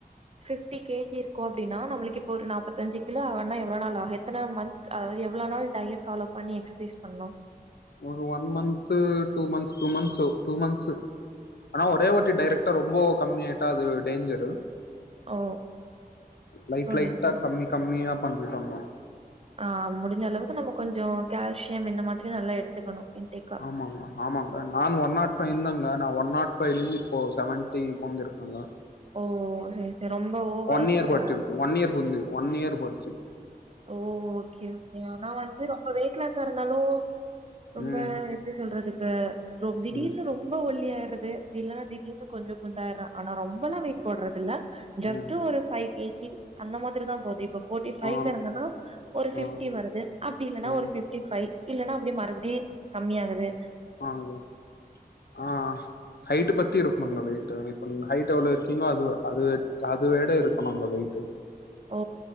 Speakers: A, on the right (about 40°); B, on the left (about 80°).
A: ஃபிப்டி கேஜி இரு இருக்கு அபடின்னா நம்மளுக்கு இப்ப ஒரு நாப்பத்தஞ்சு கிலோ அவனா எவ்ளோ நாள் ஆக எத்தன மன்த் அதாவது எவ்ளோ நாள் டயட் ஃபாலோ பண்ணி எக்சசைஸ் பண்ணனு
B: ஒரு one month two months two months two months ஆனா ஒரே வாட்டி டைரெக்ட்டா ரொம்போ கம்மி ஆயிட்டா அது டேஞ்சரு
A: ஓ
B: லைட்
A: புரியுது
B: லைட்டா
A: புரியுது
B: கம்மி கம்மியா பண்ண <unintelligible>
A: ஆ முடிஞ்ச அளவுக்கு நம்ம கொஞ்சோ கால்சியம் இந்த மாதிரி நல்லா எடுத்துக்கணு இன்டேக்கா
B: ஆமாங்க ஆமாங்க நானு ஒன் நாட் ஃபைவ்னு தாங்க நா ஒன் நாட் ஃபைவ்லிருந் இப்போ செவன்டி கொறஞ்சிருக்கேங்க
A: ஓ செரி செரி ரொம்ப ஓவர்
B: ஒன் இயர் படிச்சிருக்கு
A: அ
B: ஒன் இயர் புந்து ஒன் இயர் படுச்சது
A: ஓ ஓகே ஓகே ஆனா வந்து ரொம்ப வெயிட்லாஸா இருந்தாலு ரொம்ப
B: ம்
A: எப்டி சொல்றதுக்கு ரொ திடீர்னு
B: ம்
A: ரொம்ப ஒல்லி தி ஆயடறது இல்லலைன்னா திடீனு கொஞ்ச குண்டாயறே ஆனா ரொம்பல்லா வெயிட் போடுறதுல்ல ஜஸ்ட்
B: ம்
A: ஒரு ஃபை கேஜி அந்த மாதிரி தா போது இப்ப போட்டி ஃபை
B: ஆ
A: இருந்தனா ஒரு ஃபிப்டி
B: ஆ
A: வருது அப்டி இல்லன்னா
B: ஆ
A: ஒரு ஃபிப்டி ஃபைவ் இல்லன்னா அப்டி மறுபடி கம்மி ஆகுது
B: ஆங்க ஆ அ ஹைட்டு் பத்தி இருக்குமாங்க வெய்ட்டு் ஹைட் எவ்ளோ இருக்கீங்களோ அது அது அது விட இருக்கணுங்க வெயிட்டு
A: ஓ